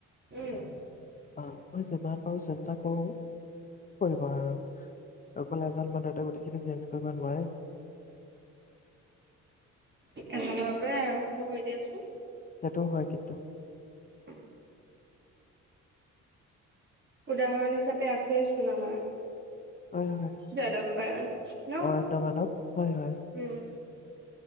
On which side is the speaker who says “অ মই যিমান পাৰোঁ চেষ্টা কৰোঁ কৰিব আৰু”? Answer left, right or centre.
Left